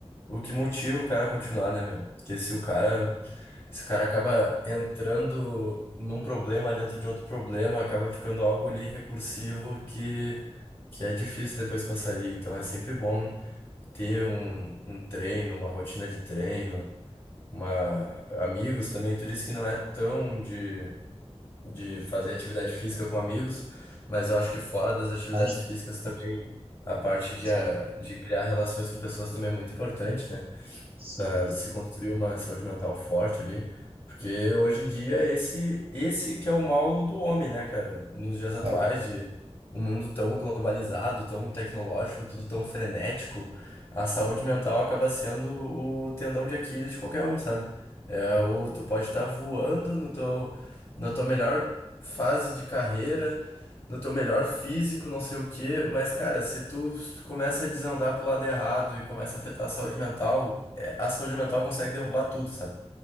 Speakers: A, on the left (about 50°); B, on the right (about 60°).
A: o que motiva o cara a continuar, né, meu? Porque se o cara, se o cara acaba entrando num problema dentro de outro problema, acaba ficando algo ali recursivo que, que é difícil depois pra sair. Então é sempre bom ter um, um treino, uma rotina de treino, uma... amigos também. Tu disse que não é tão de, de fazer atividade física com amigos, mas eu acho que fora das atividades
B: Mas
A: físicas também, a parte de,
B: sim,
A: a- de criar relações com pessoas também é muito importante, né?
B: sim,
A: para se construir uma saúde mental forte ali, porque hoje em dia é esse esse que é o mal do homem, né, cara? Nos dias atuais
B: é,
A: de um mundo tão globalizado, tão tecnológico, tudo tão frenético, a saúde mental acaba sendo o tendão de Aquiles de qualquer um, sabe? É o tu pode estar voando no teu na tua melhor fase de carreira, no teu melhor físico, não sei o quê, mas cara, se tu começa a desandar pro lado errado e começa a afetar a saúde mental, a saúde mental consegue derrubar tudo, sabe?